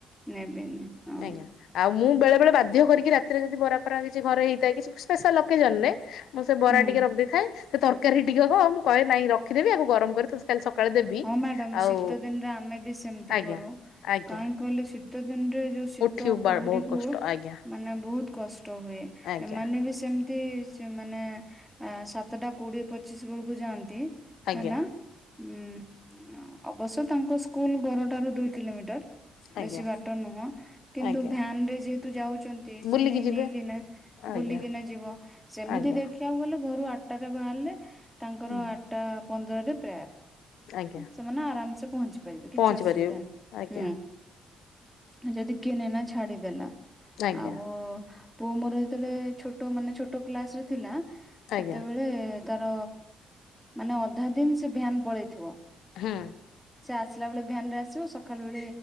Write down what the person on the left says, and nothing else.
ଆଜ୍ଞା। ଆଉ ମୁଁ ବେଳେ-ବେଳେ ବାଧ୍ୟ କରିକି ରାତିରେ ଯଦି ବରା ଫରା କିଛି ଘରେ ହେଇଥାଏ କିଛି ସ୍ପେଶାଲ୍ ଅକେଜନ୍ ରେ ମୁଁ ସେ ବରା
ଟିକେ ରଖିଦେଇ ଥାଏ ସେ ତରକାରୀ ଟିକକ ମୁଁ କହେ ନାଇଁ ରଖିଦେବି ଆକୁ ଗରମ କରି ତେତେ କାଲି ସକାଳେ ଦେବି।
ଆଉ
ଆଜ୍ଞା
ଆଜ୍ଞା
ଉଠି
ବହୁତ
କଷ୍ଟ ଆଜ୍ଞା
ଆଜ୍ଞା
ଆଜ୍ଞା
ଆଜ୍ଞା
ଆଜ୍ଞା
ବୁଲିକି
ଯିବେ
ଆଜ୍ଞା
ଆଜ୍ଞା
ହୁଁ
ଆଜ୍ଞା।
ପହଞ୍ଚି
ପାରିବେ
ଆଜ୍ଞା
ଆଜ୍ଞା
ଆଜ୍ଞା
ହୁଁ।